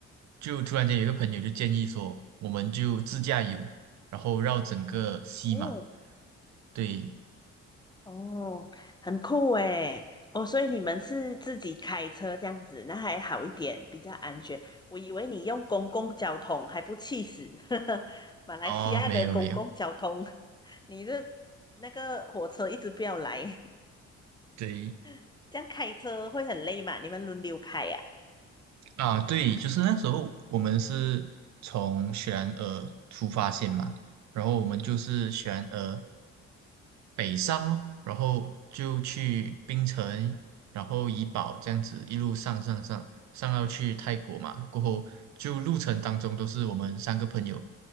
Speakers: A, on the right; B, on the left.
A: 就突然间有一个朋友就建议说，我们就自驾游，然后绕整个西马。
B: 哦，
A: 对，
B: 哦，很酷诶。哦，所以你们是自己开车这样子，那还好一点，比较安全。我以为你用公共交通还不气死，<laughs> 马来西亚的公共交通，
A: 哦，没有没有，
B: <laughs> 你的那个火车一直不要来，
A: 对
B: <laughs> 这样开车会很累嘛？你们轮流开呀、
A: 啊，对，就是那时候我们是从雪兰莪出发线嘛，然后我们就是雪兰莪北上哦，然后就去槟城，然后怡保这样子一路上上上上到去泰国嘛，过后就路程当中都是我们三个朋友